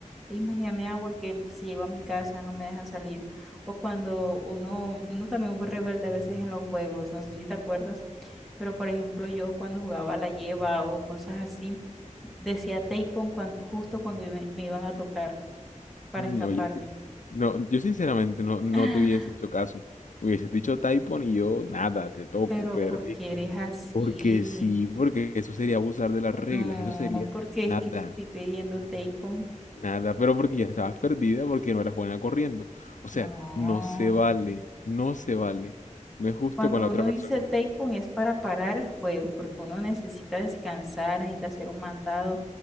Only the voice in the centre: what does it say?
Y man, dame agua que si llego a mi casa no me dejan salir. O cuando uno, uno también fue rebelde a veces en los juegos, no sé si te acuerdas, pero por ejemplo yo cuando jugaba a la lleva o cosas así, decía tapón cuando, justo cuando me me iban a tocar para
escaparme.
<sighs>
Pero
porque eres así?
No,
porque
es que si estoy pidiendo tapón,
no.
Cuando
uno
dice
el tapón es para parar el juego, porque uno necesita descansar, necesita hacer un mandado